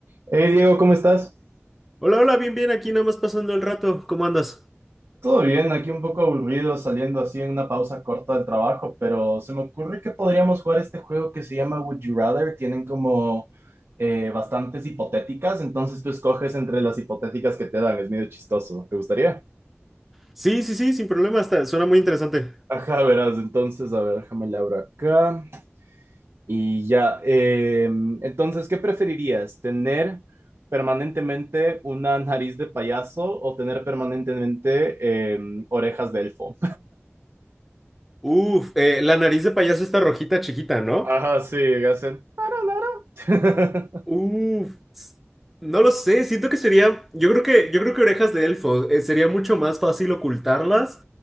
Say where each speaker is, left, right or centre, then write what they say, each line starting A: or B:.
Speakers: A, on the right; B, in the centre.
A: Hey Diego, ¿cómo estás?
B: Hola, hola, bien, bien, aquí nada más pasando el rato. ¿Cómo andas?
A: Todo bien, aquí un poco aburrido saliendo así en una pausa corta del trabajo, pero se me ocurre que podríamos jugar este juego que se llama Would You Rather. Tienen como eh, bastantes hipotéticas, entonces tú escoges entre las hipotéticas que te dan, es medio chistoso. ¿Te gustaría?
B: Sí, sí, sí, sin problema, está, suena muy interesante.
A: Ajá, verás, entonces, a ver, déjame la abro acá. Y ya, eh, entonces, ¿qué preferirías? ¿Tener permanentemente una nariz de payaso o tener permanentemente eh, orejas de elfo?
B: Uf, eh, la nariz de payaso está rojita chiquita, ¿no?
A: Ajá, sí, hacen. <laughs>
B: Uf, s- no lo sé, siento que sería, yo creo que, yo creo que orejas de elfo, eh, sería mucho más fácil ocultarlas